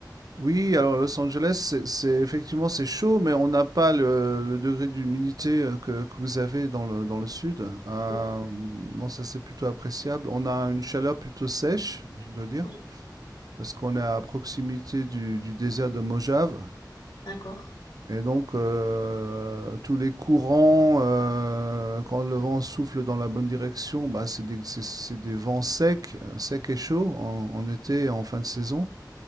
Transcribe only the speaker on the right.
Oui, alors Los Angeles, c'est c'est effectivement, c'est chaud, mais on n'a pas le le degré d'humidité, heu, que que vous avez dans le dans le sud. Hem,
non, ça, c'est plutôt appréciable. On a une chaleur plutôt sèche, je dois dire,
parce qu'on est à proximité du du désert de Mojave.
Et donc, heu, tous les courants, heu, quand le vent souffle dans la bonne direction, bah, c'est des c'est c'est des vents secs, heu, secs et chauds en en été et en fin de saison